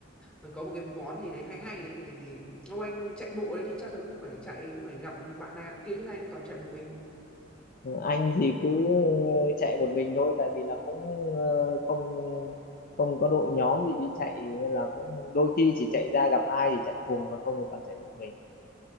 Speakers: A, in the centre; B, on the left.
A: là có một cái món gì đấy hay hay ấy, thì thì ông anh chạy bộ đấy thì chắc là cũng phải chạy cũng phải gặp bạn này bạn kia chứ hai anh toàn chạy một mình
B: Ừ, anh thì cứ ờ, chạy một mình thôi tại vì là cũng ờ, không không có đội nhóm gì đi chạy nên là cũng đôi khi chỉ chạy ra gặp ai thì chạy cùng còn không thì toàn chạy một mình